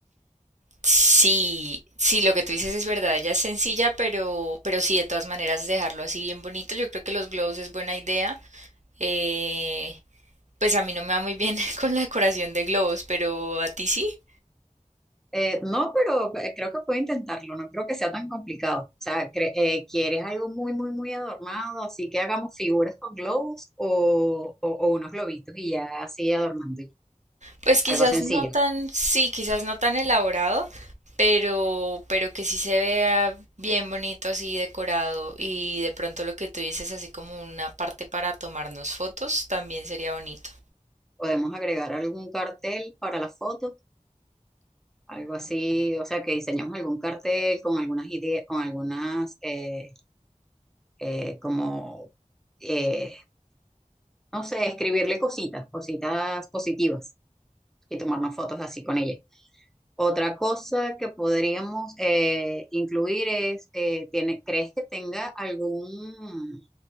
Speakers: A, on the right; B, in the centre.
A: Sí, sí, lo que tú dices es verdad, ella es sencilla, pero, pero sí, de todas maneras, dejarlo así bien bonito. Yo creo que los globos es buena idea. Eh, pues a mí no me va muy bien <laughs> con la decoración de globos, pero a ti sí.
B: Eh, no, pero eh, creo que puedo intentarlo, no creo que sea tan complicado. O sea, cre- eh, ¿quieres algo muy, muy, muy adornado? Así que hagamos figuras con globos o, o- o unos globitos y ya así adornando.
A: Pues quizás
B: Algo sencillo.
A: no tan, sí, quizás no tan elaborado, pero, pero que sí se vea bien bonito así decorado y de pronto lo que tú dices así como una parte para tomarnos fotos también sería bonito.
B: Podemos agregar algún cartel para la foto, algo así, o sea, que diseñamos algún cartel con algunas ideas, con algunas, eh, eh, como, eh, no sé, escribirle cositas, cositas positivas y tomarnos fotos así con ella. Otra cosa que podríamos eh, incluir es, eh, tiene, ¿crees que tenga algún